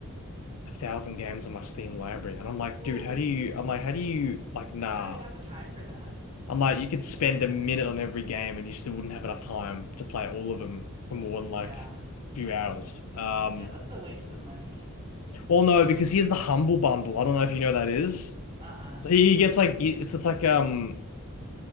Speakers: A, on the left; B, on the right.
A: a thousand games in my Steam library." And I'm like,
B: Woo.
A: "Dude, how do you I'm like, how do you like nah."
B: You don't even have the time for that.
A: I'm like, "You could spend a minute on every game and you still wouldn't have enough time to play all of them for more than
B: Yeah.
A: like a few hours." Um
B: Yeah, that's a waste of money.
A: well no, because he has the Humble Bundle. I don't know if you know what that is.
B: Uh-uh.
A: So he gets like it's it's like um